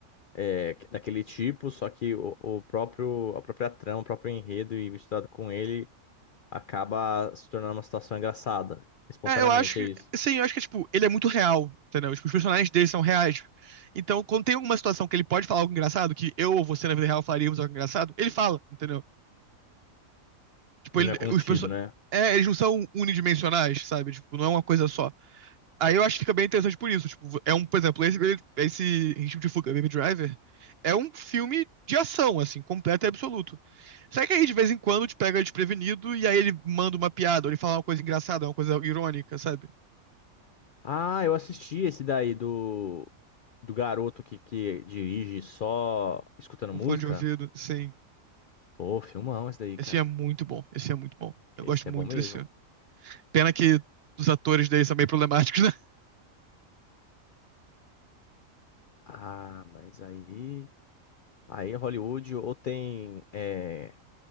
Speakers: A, on the left; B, on the right.
A: é, daquele tipo, só que o, o próprio, a própria trama, o próprio enredo e misturado com ele acaba se tornando uma situação engraçada. Espontaneamente,
B: É, eu acho que,
A: é isso.
B: sim, eu acho que, tipo, ele é muito real, entendeu? Tipo, os personagens dele são reais. Então, quando tem alguma situação que ele pode falar algo engraçado, que eu ou você na vida real falaríamos algo engraçado, ele fala, entendeu? Tipo,
A: Não
B: ele,
A: é contido,
B: os perso-
A: né?
B: é, eles não são unidimensionais, sabe? Tipo, não é uma coisa só. Aí eu acho que fica bem interessante por isso. Tipo, é um, por exemplo, esse, esse Ritmo de Fuga, Baby Driver, é um filme de ação, assim, completo e absoluto. Só que aí, de vez em quando, te pega desprevenido e aí ele manda uma piada, ou ele fala uma coisa engraçada, uma coisa irônica, sabe?
A: Ah, eu assisti esse daí do, do garoto que, que dirige só escutando
B: Um
A: música.
B: fone de ouvido, sim.
A: Pô, filmão esse daí,
B: Esse
A: cara.
B: é muito bom, esse é muito bom. Eu
A: Esse
B: gosto muito
A: é bom mesmo.
B: desse filme. Pena que os atores dele são meio problemáticos, né? <laughs>
A: Ah, mas aí. Aí Hollywood ou tem é,